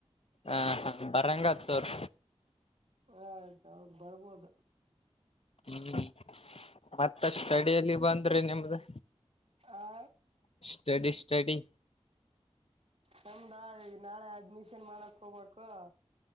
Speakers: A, on the left; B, on the right.
A: ಹ ಹ ಬರಂಗತ್ತೂರ್
B: ಆ ಆಯ್ತ ಹೌದು ಬರ್ಬೋದ
A: ಹ್ಮ್ ಮತ್ತ ಸ್ಟಡಿಯಲ್ಲಿ ಬಂದ್ರೆ ನಿಮ್ದ
B: ಆ
A: ಸ್ಟಡಿ ಸ್ಟಡಿ
B: ನಮ್ದಾ ಈ ನಾಳೆ ಅಡ್ಮಿಷನ್ ಮಾಡಕ್ ಹೋಗ್ಬೇಕು